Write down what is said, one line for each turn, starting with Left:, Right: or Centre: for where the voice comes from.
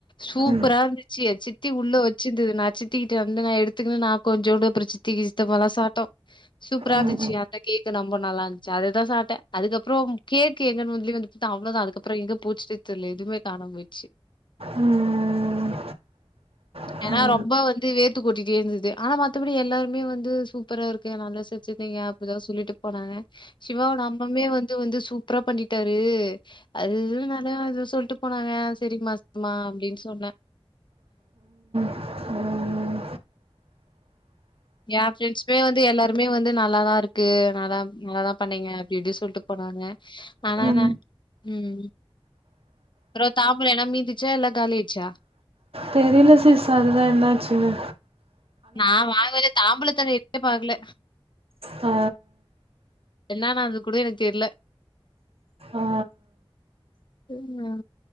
Left: சூப்பரா
Right: ம்
Left: இருந்துச்சு சித்தி உள்ள வச்சிருந்தது நா சித் சித்திக்கிட்ட இருந்து நா எடுத்துக்குனு நா கொஞ்சோடு அப்புறு சித்திக்கு சித்தப்பாலா சாப்ட்டோ சூப்புரா
Right: ம்
Left: இருந்துச்சு அந்த கேக்கு ரொம்ப நல்லா இருந்ச்சு அதுதா சாப்ட்ட அதுக்கப்புறோம் கேக்கு எங்கன் வந்துலி வந்து பாத்தா அவ்ளோதா அதுக்கப்புறோ எங்க போச்சுனே தெர்ல எதுமே காணாம் போய்ச்சு
Right: ம் ம்
Left: ஏனா
Right: ம்.
Left: ரொம்ப வந்து வேர் த்து கொட்டிட்டே இருந்தது ஆனா மத்தபடி எல்லாருமே வந்து சூப்பரா இருக்கு நல்லா செச்சிர்ந்தீங்க அப்டிதா சொல்லிட்டு போனாங்க சிவாவோட அம்மம்மே வந்து வந்து சூப்ரா பண்ணிட்டாரு அது இதுன் நல்லா அது சொல்ட்டு போனாங்க செரிமா செரிமா அப்டின் சொன்ன
Right: ம் ம்
Left: ஏன் ஃபிரெண்ஸ்மே வந்து எல்லாருமே வந்து நல்லாதா இருக்கு நல்லா நல்லாதா பண்ணீங்க அப்டி இப்டி சொல்ட்டு போனாங்க ஆனா
Right: ம்
Left: என்ன ம் அப்றோ தாம்ப்ளோ எல்லா மீந்துச்சா எல்லா காலியாட்ச்சா
Right: தெரில சிஸ் அதுலா என்னாச்சுனு
Left: நா வாங்கவச்ச தாம்பளத்தவே எட்த்து பாக்குல
Right: ஆ
Left: என்னா நன்ந்து கூட எனக் தெர்ல
Right: ஆ
Left: தெரியுமா அதுலா